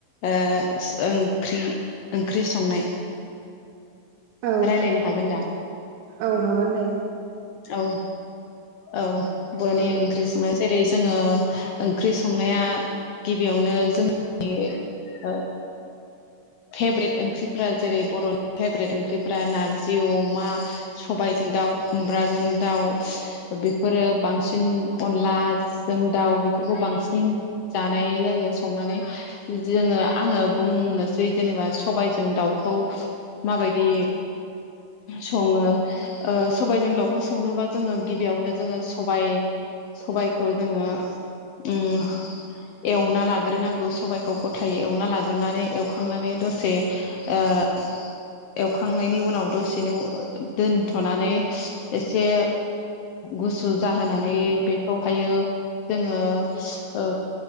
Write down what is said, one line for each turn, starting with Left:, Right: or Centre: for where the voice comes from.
Left: ओ ओंख्रि ओंख्रि संनाय।
Right: औ
Left: रायलायनो हागोन दा
Right: औ हागोन दे।
Left: औ औ बर'नि
Right: औ
Left: ओंख्रि संनाय जेरै जोंङो ओंख्रि संनाया गिबियावनो जोंनि ओ फेब्रेट ओंख्रिफोरा जेरै बर'नि फेब्रेट ओंख्रिफोरा नारजि अमा सबायजों दाउ खुमब्राजों दाउ बेफोरो बांसिन अनलाजों दाउ बेफोरखौ बां सिन जानाय जायो संनानै जोंङो आंङो बुंनोसै जेनेबा सबायजों दाउखौ माबाय दि संङो ओ सबायजों दाउखौ संनोबा जोंङो गिबियावनो जोंङो सबाइ सबायखौ जोंङो अम एवना लाग्रोनांगौ। सबायखौ गथायै एवना लाग्रोनानै एवखांनानै दसे ओ एवखांनायनि उनाव दसेनो दोनथ'नानै एसे गुसु जाहोनानै बेखौहायो जोंङो ओ